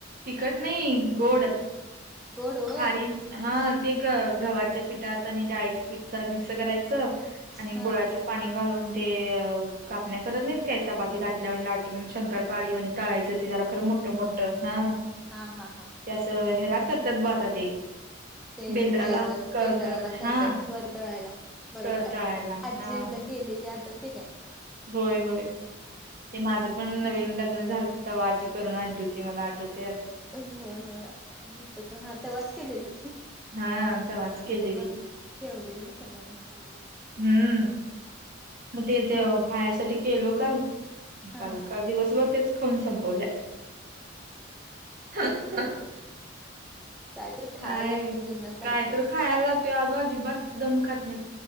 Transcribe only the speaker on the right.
तिकट नाही गोड
खारी हा ते ग गव्हाच्या पीठात आणि डाळीचे पीठ जरा मिक्स करायचं आणि
गोळाचं पाणी घालून ते कापण्या करत नाहीत काय चपाती दातल्या लाट शंकरपाळी म्हण ताळायचं ते जरा खरं मोठ मोठं हा
त्यास ह्याला करतात ब आता ते
बेंद्राला
करतात
हा
करताळायला
हा
होय होय. ते माझं पण नवीन लग्न झालंत तवा आजी करून आणली होती मला आठवत
हा अंता वास्के
देदी
हम्म <inaudible> मग तेथ खाण्यासाठी केलो काल
काल काल दिवसभर तेच खाऊन संपवल्या ह
काय
काय तर खायला लागतोय अग अजिबात दम खात नाही